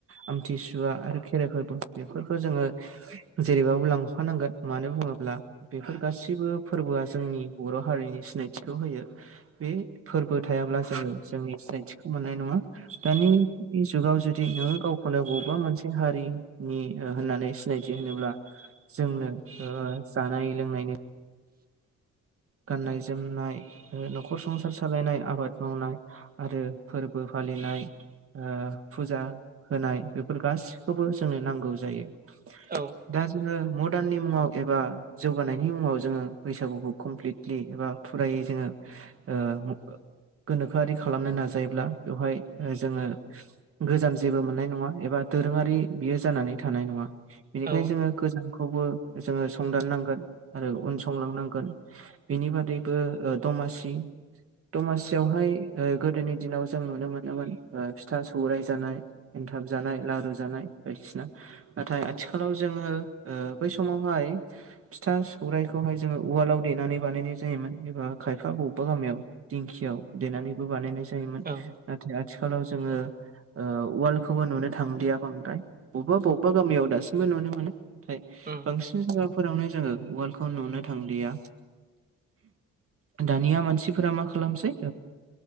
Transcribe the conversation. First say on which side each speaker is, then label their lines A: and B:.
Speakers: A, on the right; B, on the right.
A: आमथिसुवा आरो खेराइफोरबो बेफोरखौ जोङो। जेरैबाबो लांफानांगोन मानो बुङोब्ला बेफोर गासिबो फोरबोआ जोंनि बर' हारिनि सिनायथिखौ होयो। बे फोरबो थायाब्ला जोङो जोंनि सिनायथिखौ मोननाय नङा। दानि जुगाव जुदि नोङो गावखौनो बबेबा मोनसे हारिनि ओ होननानै सिनायथि होनोब्ला जोंनो ओ जानाय लोंनायनि गाननाय जोमनाय न'खर संसार सालायनाय आबाद मावनाय आरो फोरबो फालिनाय। फुजा होनाय बेफोर गासिखौबो जोंनो नांगौ जायो।
B: औ
A: दा जोङो मदार्ननि मुङाव एबा जौगानायनि मुङाव जोङो बैसागुखौ कमप्लिट। फालि एबा फुरायै जोङो ओ गोनोखोआरि खालामनो नाजायोब्ला बेवहाय जोङो। गोजाम जेबो मोननाय नङा एबा दोरोङारि बियो जानानै थानाय नङा बेनिखायनो
B: औ
A: जोङो। गोजानखौबो जोङो संदाननांगोन आरो उन संलांनांगोन। बिनि बादैबो दमासि। दमासियावहाय गोदोनि दिनाव जों नुनो मोनोमोन फिथा सौराय जानाय। एनथाब जानाय लारु जानाय बायदिसिना। नाथाय आथिखालाव जोङो बै समावहाय फिथा सौरायाइखौहाय जोङो उवालाव देनानै बानायनाय जायोमोन एबा खायफा बबेबा गामियाव दिंखियाव देनानैबो बानायनाय जायोमोन।
B: औ
A: नाथाय आथिखालाव जोङो उवायखौबो नुनो थांदिया बांद्राय। बबेबा बबेबा गामियाव दासिमबो नुनो मोनो नाथाय
B: उम
A: बांसिन जायगाफोरावनो जोङो उवालखौ नुनो थांलिया दानिया मानसिफोरा मा खालामसै